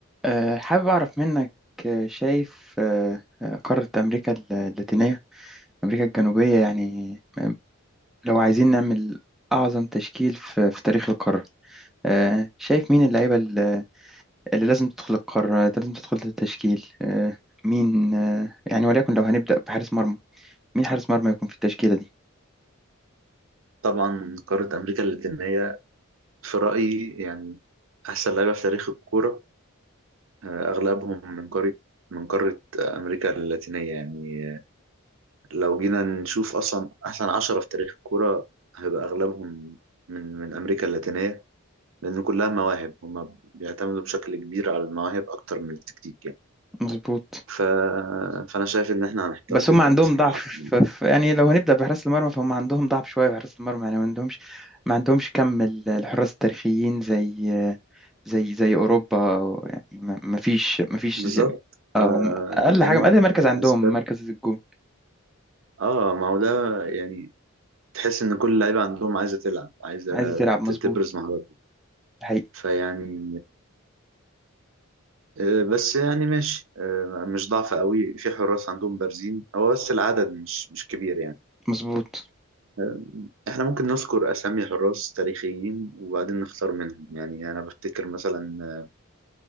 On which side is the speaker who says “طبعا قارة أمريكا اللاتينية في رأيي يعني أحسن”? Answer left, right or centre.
Right